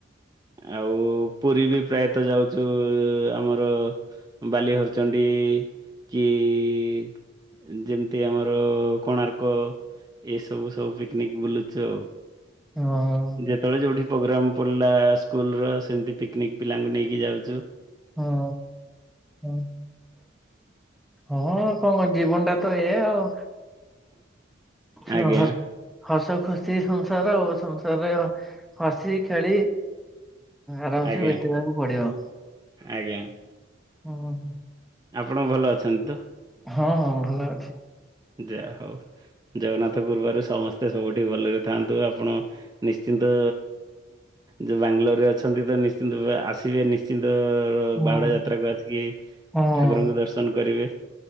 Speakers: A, on the right; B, in the centre.
A: ଆଉ ପୁରୀ ବି ପ୍ରାୟତଃ ଯାଉଛୁ-ଉ-ଉ ଆମର ବାଲିହରଚଣ୍ଡୀ, ଇ, ଇ କି-ଇ-ଇ ଯେମିତି ଆମର-ଇ କୋଣାର୍କ। ଏସବୁ ସବୁ ପିକନିକ ବୁଲୁଛୁ ଆଉ।
B: ହଁ
A: ଯେତେବେଳେ ଯୋଉଠି ପ୍ରୋଗ୍ରାମ ପଲା ସ୍କୁଲ ର ସେମିତି ପିକ୍ନିକ ପିଲାଙ୍କୁ ନେଇକି ଯାଉଛୁ।
B: ହଁ ହଁ। ହଁ କଣ କ ଜୀବନଟା ତ ଏଆ ଆଉ। ହ
A: ଆଜ୍ଞା
B: ହସ ଖୁସି ସଂସାର ଆଉ ସଂସାରରେ ହ ହସି ଖେଳି ଆରାମସେ
A: ଆଜ୍ଞା
B: ବତେଇବାକୁ ପଡିବ।
A: ଆଜ୍ଞା
B: ହ।
A: ଆପଣ ଭଲ ଅଛନ୍ତି ତ?
B: ହଁ ହଁ ଭଲ ଅଛି
A: ଯାହା ହଉ ଜଗନ୍ନାଥ ପୁରୁବାରୁ ସମସ୍ତେ ସବୁଠି ଭଲରେ ଥାଆନ୍ତୁ ଆପଣ ନିଶ୍ଚିନ୍ତ। ଯୋଉ ବାଙ୍ଗାଲୋରରେ ଅଛନ୍ତି ତ ନିଶ୍ଚିନ୍ତ, ଆସିବେ ନିଶ୍ଚିନ୍ତ।
B: ହଁ
A: ବାହୁଡା ଯାତ୍ରାକୁ ଆସିକି
B: ହଁ ହଁ,
A: ଠାକୁରଙ୍କୁ ଦର୍ଶନ କରିବେ।